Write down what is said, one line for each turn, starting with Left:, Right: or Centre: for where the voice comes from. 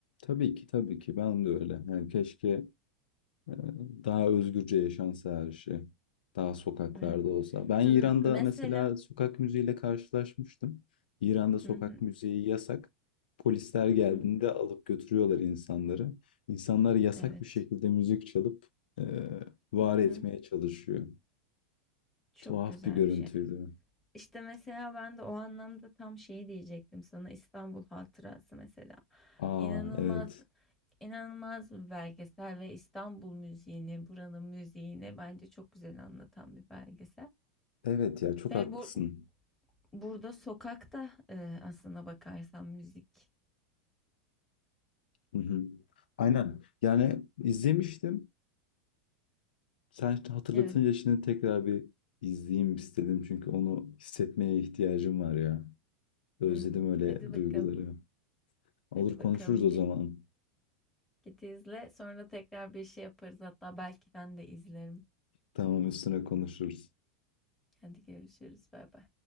Left: Tabii ki tabii ki ben de öyle. Yani keşke Ee, Daha özgürce yaşansa her şey. Daha sokaklarda
Centre: Evet.
Left: olsa. Ben
Centre: M-
Left: İran'da
Centre: mesela.
Left: mesela sokak müziğiyle karşılaşmıştım. İran'da sokak
Centre: Hı hı.
Left: müziği yasak. Polisler
Centre: Hı hı.
Left: geldiğinde alıp götürüyorlar insanları. İnsanlar yasak
Centre: Evet.
Left: bir şekilde müzik çalıp e, var
Centre: Hı hı.
Left: etmeye çalışıyor.
Centre: Çok
Left: Tuhaf
Centre: güzel
Left: bir görüntüydü.
Centre: bir şey. İşte mesela ben de o anlamda tam şeyi diyecektim sana İstanbul Hatırası mesela.
Left: Aa
Centre: İnanılmaz
Left: evet.
Centre: inanılmaz bir belgesel ve İstanbul müziğini, buranın müziğini bence çok güzel anlatan bir belgesel.
Left: Evet ya çok
Centre: Ve
Left: haklısın.
Centre: bu burada sokakta e, aslına bakarsan müzik.
Left: Hı hı. Aynen. Yani izlemiştim. Sen şimdi hatırlatınca
Centre: Evet.
Left: şimdi tekrar bir izleyeyim istedim. Çünkü onu hissetmeye ihtiyacım var ya. Özledim
Centre: Hı hı.
Left: öyle
Centre: Hadi bakalım.
Left: duyguları. Olur
Centre: Hadi
Left: konuşuruz
Centre: bakalım
Left: o
Centre: git
Left: zaman.
Centre: git izle. Sonra tekrar bir şey yaparız. Hatta belki ben de izlerim.
Left: Tamam üstüne konuşuruz.
Centre: Hadi görüşürüz. Bay bay.